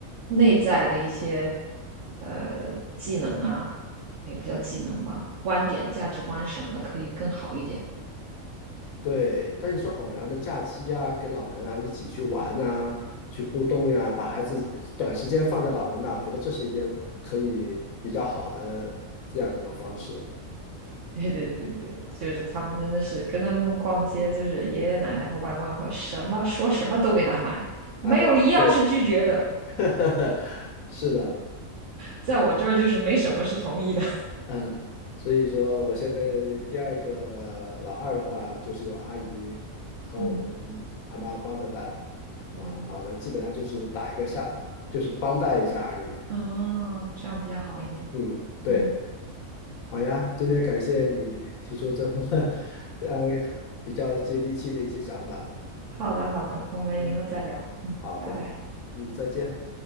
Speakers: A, on the right; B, on the left.
A: 内在的一些呃技能啊，也不叫技能吧，观点、价值观什么的，可以更好一点。
B: 对，但你说偶然的假期呀、跟老人啊一起去玩啊，去互动呀、把孩子短时间放在老人那，我觉得这是一件可以比较好的这样的一种方式。
A: <laughs> 对对对对对，就是他们真的是跟他们逛街，就是爷爷奶奶或外公外婆什么说什么都给他买，
B: 哎，
A: 没有一样是拒绝的，
B: 对。<laughs> 是的，
A: 在我这儿就是没什么是同意的。
B: 嗯，所以说我现在第二个老二的话，就是有阿姨和我们他妈帮着带，
A: <laughs> 嗯，
B: 啊，
A: 对对对，
B: 老人基本上就是打一个下，就是帮带一下而已。
A: 哦，这样比较好一点。
B: 嗯，对，
A: 嗯，
B: 好呀，今天感谢你提出这么 <laughs> 呃比较接地气的一些想法。
A: 好的好的，我们以后再聊。
B: 嗯，
A: 嗯，
B: 好的，
A: 拜拜。
B: 嗯，再见。